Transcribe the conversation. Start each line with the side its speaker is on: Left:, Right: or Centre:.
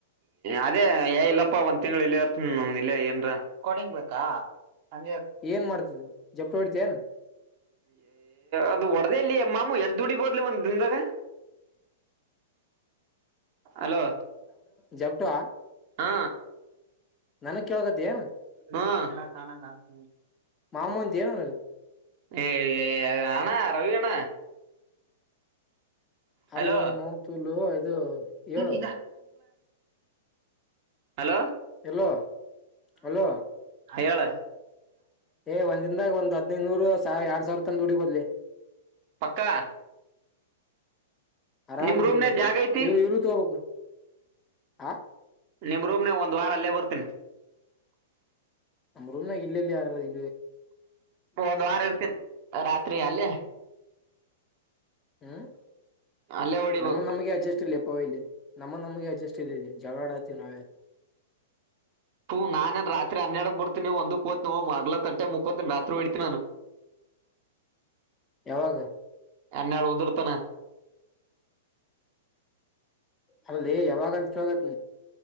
Right: ಅದೇ ಇಲ್ಲಪ್ಪಾ ಒಂದ್ ತಿಂಗ್ಳ ಇಲ್ಲ ಇರ್ತನ್ ನ ಇಲ್ಲ ಏನ್ರ ಕೊಡಿಂಗ್ ಬಾ ಹ
Left: ಏನ್ ಮಾಡ್ತಿದ್ದೆ ಜಪ್ಟು ಹೊಡಿತೇನು
Right: ಅದು ಹೊ ಇಲ್ಲಿ ಮಾಮೂ ಎರ ದುಡಿಬೋದ್ಲಿ ಒಂದ ದಿನದಾಗ ಹಲೋ
Left: ಜಪಟು
Right: ಹಾ
Left: ನನಕ್ಕೆ ಹೋಗದಯ
Right: ಹ ಾ ಕಾನಾ ಗಲ್ತ
Left: ಮಾಮೂ ದೇವನದು
Right: ಏಏ ಅದಣ ರವಿಣ
Left: ಅಲ್ಲೋ
Right: ಹಲೋ
Left: ನಿಮ್ಮ ಮಾವನ್ ತುಲ್ಲು ಇದು ಹೇಳು
Right: ಇದಲ ಹಲೋ
Left: ಹಲೋ ಹಲೋ
Right: ಅಯಾಳ
Left: ಏ ಒಂದ್ಿಂದಾಗ ಒಂದ್ ಹದ್ನೈದುನೂರು ಸಾವ ಎರಡ್ ಸಾವಿರ ತಂದ ಡಿ ಬದ್ಲಿ
Right: ಪಕ್ಕಾ
Left: ಆರಾಮ್
Right: ನಿಮ್
Left: ಕುದುಡಿಬಹದ್
Right: ರೂಮ್ನ ಜಾಗ
Left: ನೀನು
Right: ಐತಿ
Left: ಇವ್ ಇಳ ತ ಹೋಗಬೇಕು ಆ
Right: ನಿಮ್ ರೂಮ್ನೆ ಒಂದ್ ವಾರ ಅಲ್ಲೇ ಬರ್ತೀನಿ
Left: ನಮ್ರೂನ ಇಲ್ಲೆಲ್ಲಿ ಯಾರಾರ ಇ
Right: ಒಂದ್ ವಾರ ಇರ್ತೀನಿ ರಾತ್ರಿ ಅಲ್ಲೇ
Left: ಹ್ಮ್
Right: ಅಲ್ಲೇ ಹೊಡಿಬೇಕು
Left: ನಮ್ಮ ನಮಗೆ ಅಡ್ಜಸ್ಟ್ ಲೆಪ್ ಓ ಇಲ್ಲ ನಮ್ಮ ನಮಗೆ ಅಡ್ಜಸ್ಟ್ ಜಗಡಾತಿ ನಾವೇ
Right: ಹೂ ನಾೇನ್ ರಾತ್ರಿ ಹನ್ನೆಡಕ್ ಬತೀನಿವು ಒಂದ ಕೋ್ವು ಮಲ ತಟೆ ಮು ಕೋತಿನಿ ರತ್ರಿ ಹ ಇಡ್ತಿನಿಾನು
Left: ಯಾವಾಗ
Right: ಎೆ ಅಳ ಒಂದುರ್ತಾನ
Left: ಅಲ್ಲದೇ ಯಾವಾಗ ಅನ್ಿಸ ಆೋಗತ್